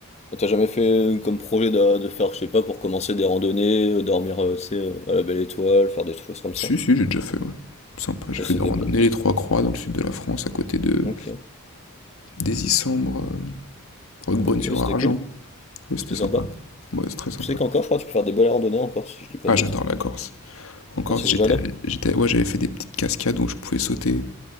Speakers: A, on the left; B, on the left.
A: T'as jamais fait euh, comme projet d'a- de, faire, je sais pas, pour commencer des randonnées, euh, dormir, euh, tu sais, euh, à la belle étoile, faire des choses comme
B: Si,
A: ça?
B: si, j'ai déjà fait, ouais. Sympa, j'ai
A: Et
B: fait
A: c'était
B: des randonnées
A: bien.
B: les Trois Croix dans le sud de la France, à côté de
A: Ok.
B: des Isambres, euh, Roquebrune-sur-Argent.
A: Ok, c'était cool.
B: Ouais, c'était
A: C'était
B: sympa.
A: sympa.
B: Ouais, c'est très sympa.
A: Je sais qu'encore, je crois que tu peux faire des belles randonnées encore, si je dis pas
B: Ah,
A: de
B: j'adore
A: bêtises.
B: la Corse. Encore,
A: Ah, c'est
B: j'étais,
A: déjà allé.
B: j'étais, ouais, j'avais fait des petites cascades où je pouvais sauter.